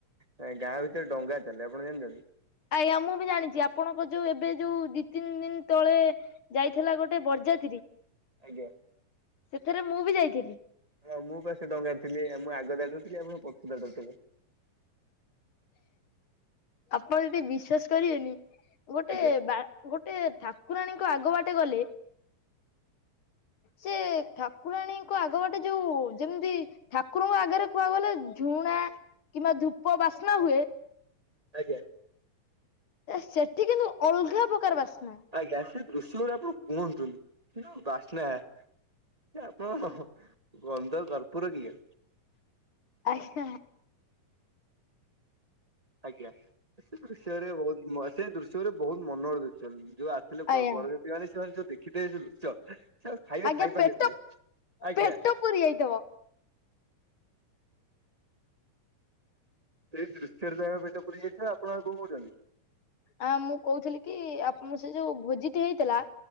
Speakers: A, on the right (about 25°); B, on the left (about 50°).
A: ନାଇଁ ଗାଁ ଭିତରେ ଡଙ୍ଗା ଚାଲେ, ଆପଣ ଜାଣିଛନ୍ତି?
B: ଆୟାଁ, ମୁଁ ବି ଜାଣିଛି ଆପଣଙ୍କ ଯୋଉ, ଏବେ ଯୋଉ ଦି ତିନି ଦିନ ତଳେ ଯାଇଥିଲା ଗୋଟେ ବରଯାତ୍ରୀ,
A: ଆଜ୍ଞା
B: ସେଥିରେ ମୁଁ ବି ଯାଇଥିଲି।
A: ହଁ, ମୁଁ ପା ସେ ଡଙ୍ଗାରେ ଥିଲି, ଆଉ ମୁଁ ଆଗ ଧାଡ଼ିରେ ଥିଲି, ଆପଣ ପଛ ଧାଡ଼ିରେ ଥିଲେ।
B: ଆପଣ ଯଦି ବିଶ୍ଵାସ କରିବେନି! ଗୋଟେ
A: ଆଜ୍ଞା
B: ବା, ଗୋଟେ ଠାକୁରାଣୀଙ୍କ ଆଗ ବାଟେ ଗଲେ ସେ ଠାକ୍ ଠାକୁରାଣୀଙ୍କ ଆଗ ବାଟେ ଯୋଉ, ଯେମିତି ଠାକୁରଙ୍କ ଆଗ୍ ଆଗରେ କୁହା ଗଲେ ଝୁଣା କିମ୍ବା ଧୂପ ବାସ୍ନା ହୁଏ।
A: ଆଜ୍ଞା।
B: ସେଠି କିନ୍ତୁ ଅଲଘା ପ୍ରକାର ବାସ୍ନା।
A: ଆଜ୍ଞା, ସେ ଦୃଶ୍ୟ ଗୁରା ଆପଣ କୁହନ୍ତୁନି! ସେ ଯଉ ବାସ୍ନା! କି ଆପଣ ହଃ ହଃ କନ୍ଧ କର୍ପୁର କିଏ?
B: ଆଜ୍ଞା।
A: ଆଜ୍ଞା, ସେ ଦୃଶ୍ୟରେ ବହୁତ ସେ ଦୃଶ୍ୟରେ ବହୁତ ମନର ଦୃଶ୍ୟ ଯୋଉ ଆ ଥିଲେ
B: ଆଜ୍ଞା
A: ବ-ବରଯାତି ମାନେ ସେମାନେ ସବୁ ଦେଖିଥିବେ ଯଉ ଦୃଶ୍ୟ ସେ ଆଉ ଖାଇବା
B: ଆଜ୍ଞା
A: ଖାଇପାରିନଥିବେ।
B: ପେଟ
A: ଆଜ୍ଞା।
B: ପେଟ ପୁରି ଆଇଥିବ।
A: ସେଇ ଦୃଶ୍ୟରେ, ତାଙ୍କ ପେଟ ପୁରି ଯାଇଥିବ ଆପଣ ଆଉ କଣ କହୁଛନ୍ତି?
B: ଆଁ ମୁଁ କହୁଥିଲି କି, ଆପ୍ ମୁଁ ସେ ଯୋଉ ଭୋଜିଟେ ହେଇଥିଲା